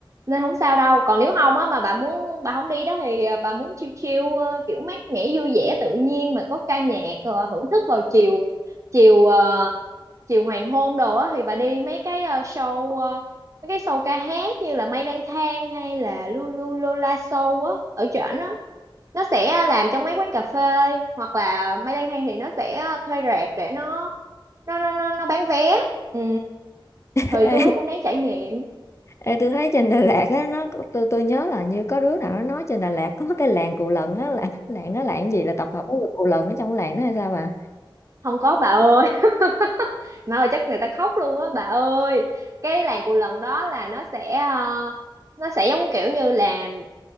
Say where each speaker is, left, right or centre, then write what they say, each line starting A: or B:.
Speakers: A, on the right; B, on the left.
A: nên không sao đâu còn nếu không á mà bà muốn bà không đi đó thì ờ, bà muốn chill chill ờ, kiểu mát mẻ vui vẻ tự nhiên mà có ca nhạc ờ, hưởng thức vào chiều chiều ờ, chiều hoàng hôn đồ á thì bà đi mấy cái ờ, show ờ, mấy cái show ca hát như là Mây Lang Thang hay là Lulu Lola Show á ở trển á nó sẽ làm trong mấy quán cà phê hoặc là Mây Lang Thang thì nó sẽ thuê rạp để nó nó nó nó, nó bán vé ừ
B: <laughs>
A: thì tôi
B: ê,
A: thấy cũng đáng trải nghiệm
B: ê, tôi thấy trên Đà Lạt á nó có- tôi tôi nhớ là như có đứa nào nó nói trên Đà Lạt có cái làng Cù Lần á là làng nó làng gì là tập hợp của người Cù Lần ở trong cái làng đó hay sao bà
A: không có bà ơi <laughs> mà ơi chắc người ta khóc luôn á bà ơi cái làng cù lần đó là nó sẽ ờ, nó sẽ giống kiểu như là